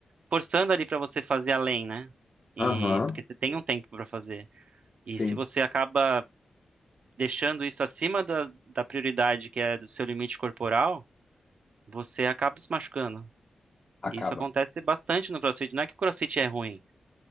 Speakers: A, on the right (about 65°); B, on the left (about 35°).
A: forçando ali pra você fazer além, né? E
B: Aham,
A: porque você tem um tempo pra fazer. E
B: sim.
A: se você acaba deixando isso acima da, da prioridade que é do seu limite corporal, você acaba se machucando.
B: Acaba.
A: E isso acontece bastante no CrossFit. Não é que o CrossFit é ruim,